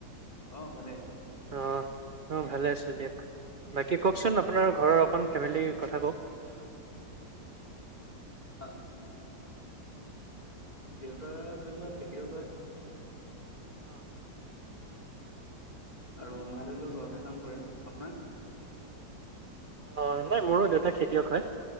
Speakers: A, on the left; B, on the right.
A: অ ভালে।
B: অ অ ভালে আছো দিয়ক। বাকী কওকচোন আপোনাৰ ঘৰৰ। অখন ফেমিলীৰ কথা কওঁক।
A: <unintelligible> দেউতা ধৰি লওক খেতিও কয়।
B: অ।
A: আৰু মাহ দেউও ঘৰতে কাম কৰে আপোনাৰ।
B: অ নাই মোৰো দেউতা খেতিয়ক হয়